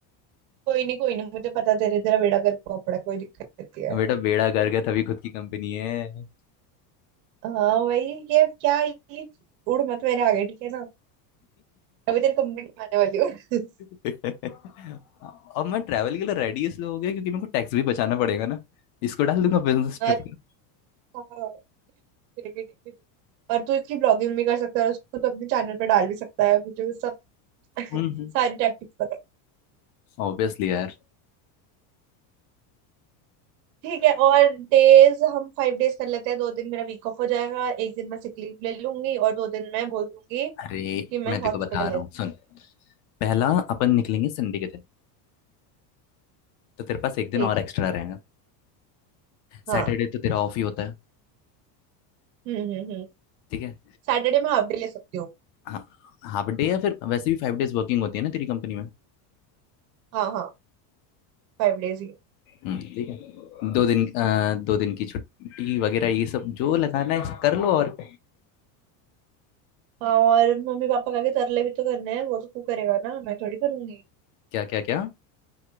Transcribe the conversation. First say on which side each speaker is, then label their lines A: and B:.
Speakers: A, on the right; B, on the left.
A: कोई नहीं कोई नहीं मुझे पता तेरे तेरा बेड़ा गर्क हुआ पड़ा है, कोई दिक्कत नहीं है
B: बेटा बेड़ा गर्क है तभी खुद की कंपनी है
A: हाँ भाई ये क्या ये उड़ मत मेरे आगे ठीक है ना अभी तेरी कंप्लेंट आने वाली हो <laughs>
B: <laughs> अब मैं ट्रैवल के लिए रेडी इसलिए हो गया क्योंकि मेरे को टैक्स भी बचाना पड़ेगा ना इसको डाल दूंगा बिजनेस
A: हाँ
B: ट्रिप का
A: हाँ ठीक है ठीक है ठीक है। और तू इसकी ब्लॉगिंग भी कर सकता है और उसको तो अपने चैनल पे डाल भी सकता है मुझे वो सब <laughs>
B: हम्म
A: सारी टैक्टिक्स पता है
B: ऑब्वियसली यार
A: ठीक है और डेज हम फाइव डेज कर लेते हैं दो दिन मेरा वीक ऑफ हो जाएगा एक दिन मैं सिक लीव ले लूंगी और दो दिन मैं बोल दूंगी
B: अरे
A: कि मैं
B: मैं
A: हॉस्पिटलाइज
B: तेको बता रहा हूँ सुन पहला अपन निकलेंगे संडे के दिन तो तेरे पास एक दिन
A: ठीक
B: और एक्स्ट्रा रहेगा
A: हाँ
B: सैटरडे तो तेरा ऑफ ही होता है
A: हम्म हम्म हम्म
B: ठीक है
A: सैटरडे मैं हाफ डे ले सकती हूँ
B: हाँ हाफ डे या फिर वैसे भी फाइव डेज वर्किंग होती है ना तेरी कंपनी में
A: हाँ हाँ फाइव डेज ही
B: हम्म, ठीक है दो दिन अ, दो दिन की छुट्टी वगैरह ये सब जो लगाना है कर लो और
A: हाँ और मम्मी पापा का आगे तरले भी तो करने हैं वो तो तू करेगा ना मैं थोड़ी करूंगी
B: क्या क्या क्या